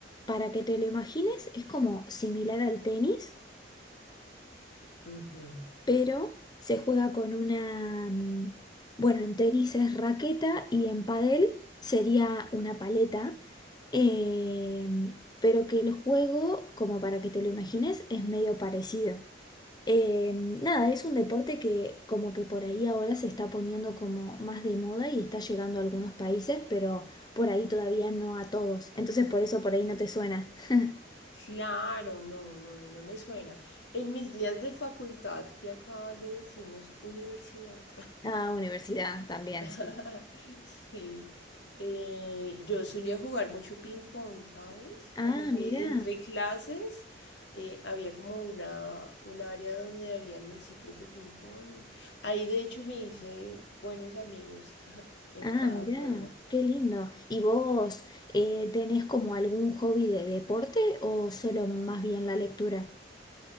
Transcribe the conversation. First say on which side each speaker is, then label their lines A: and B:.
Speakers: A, on the left; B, on the left.
A: para que te lo imagines, es como similar al tenis,
B: Ujú.
A: pero se juega con una, mm, bueno, en tenis es raqueta y en pádel sería una paleta, eh, pero que el juego, como para que te lo imagines, es medio parecido. Eh, nada, es un deporte que como que por ahí ahora se está poniendo como más de moda y está llegando a algunos países, pero por ahí todavía no a todos. Entonces por eso por ahí no te suena. <laughs>
B: Claro, no, no, no me suena. En mis días de facultad, que acá le decimos universidad,
A: Ah, universidad también,
B: <laughs>
A: sí.
B: sí, eh, yo solía jugar mucho ping-pong, ¿sabes?
A: Ah,
B: Como que
A: mirá,
B: entre clases eh, había como una, un área donde habían mesitas de ping-pong y ahí de hecho me hice buenos amigos <laughs> en
A: ah,
B: cada
A: mirá,
B: juego.
A: qué lindo. ¿Y vos eh, tenés como algún hobby de deporte o solo más bien la lectura?